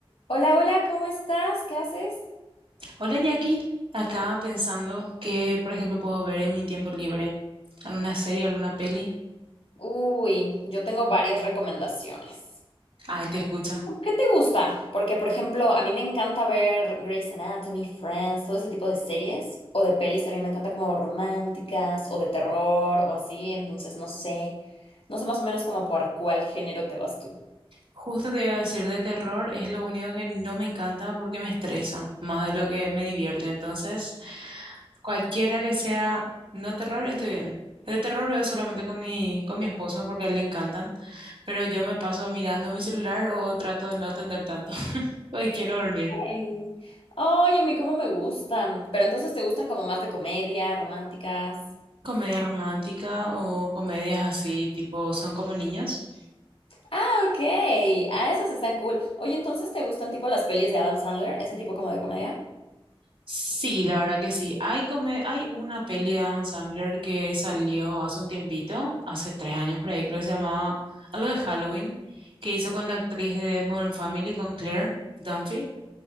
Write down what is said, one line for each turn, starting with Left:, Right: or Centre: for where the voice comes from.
Left: Hola, hola, ¿cómo estás? ¿Qué haces?
Right: Hola Jackie, acá pensando que, por ejemplo, puedo ver en mi tiempo libre. ¿Alguna serie, alguna peli?
Left: Uy, yo tengo varias recomendaciones.
Right: Ay, te escucho.
Left: ¿Qué te gusta? Porque, por ejemplo, a mí me encanta ver Grey's Anatomy, Friends, todo ese tipo de series o de pelis. A mí me encanta como románticas o de terror o así. Entonces, no sé. No sé más o menos como por cuál género te vas tú.
Right: Justo te iba a decir de terror, es lo único que no me encanta porque me estresa, más de lo que me divierte. Entonces, cualquiera que sea no terror, estoy bien. De terror veo solamente con mi, con mi esposo porque a él le encantan, pero yo me paso mirando mi celular o trato de no atender tanto, <laughs> porque quiero dormir.
Left: Hey. Ay, a mí cómo me gustan. Pero entonces, ¿te gustan como más de comedia, románticas?
Right: Comedia romántica o comedias así, tipo, ¿son como niños?
Left: Ah, ok. Ah, esas están cool. Oye, entonces, ¿te gustan tipo las pelis de Adam Sandler? Ese tipo como de comedia.
Right: Sí, la verdad que sí. Hay, come- hay una peli de Adam Sandler que salió hace un tiempito, hace tres años por ahí, creo que se llamaba algo de Halloween, que hizo con la actriz de Modern Family, con Claire Dunphy.